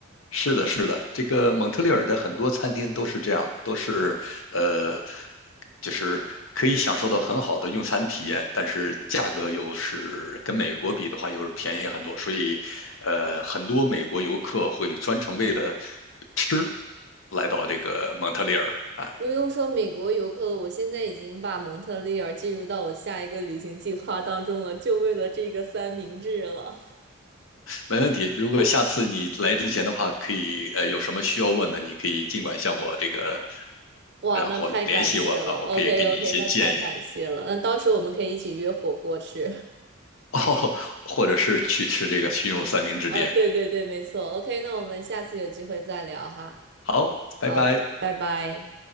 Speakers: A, on the left; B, on the right.
A: 是的，是的，这个蒙特利尔的很多餐厅都是这样的，都是呃，就是可以享受到很好的用餐体验，但是价格又是跟美国比的话又是便宜很多，所以呃，很多美国游客会专程为了吃来到这个蒙特利尔啊，
B: 不用说美国游客了，我现在已经把蒙特利尔进入到我下一个旅行计划当中了，就为了这个三明治了。
A: 没问题。如果下次你来之前的话，可以呃有什么需要问的，你可以尽管向我这个，
B: 哇，
A: 然后联系我啊，
B: 那太感谢了。
A: 我可以给你一些建议。
B: OK OK，那太感谢了。那到时候我们可以一起约火锅吃。
A: 哦，或者是去吃这个熏肉三明治店。
B: <laughs> 哦，对对对，没错。OK，那我们下次有机会再聊哈。
A: 好，拜拜。
B: 好，拜拜。